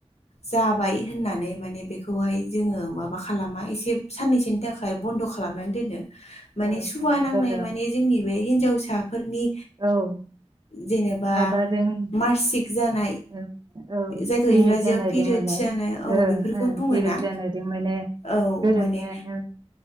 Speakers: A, on the left; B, on the right.
A: जाबाय
B: औ
A: होननानै माने बे बेखौहाय जोङो माबा खालामा एसे साननैसोनि थाखाय
B: ओ,
A: बन्द' खालामनानै दोनो। माने
B: ओ,
A: सुवा
B: ओ,
A: नांनाय
B: दरजा
A: माने जोंनि बे हिनजावसाफोरनि
B: औ।
A: जेनेबा
B: माबाजों
A: मार्सिक जानाय
B: ओं औ
A: जायखौ
B: पिरियड
A: इंराजियाव
B: जानायदों
A: पिरियड्स
B: माने
A: जानाय औ
B: ओं
A: बेफोरखौ
B: ओं
A: बुङोना
B: पिरियड जानायदों माने
A: औ
B: गोरोबनो
A: माने
B: ओं